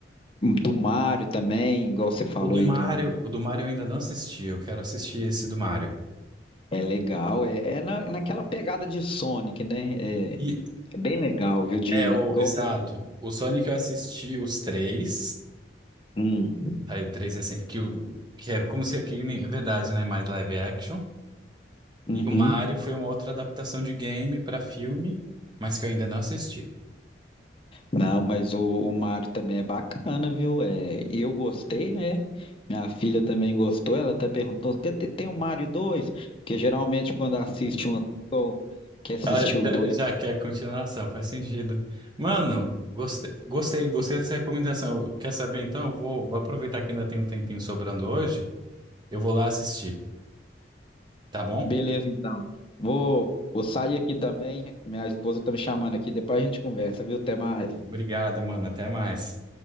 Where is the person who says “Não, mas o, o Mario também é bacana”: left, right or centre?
Left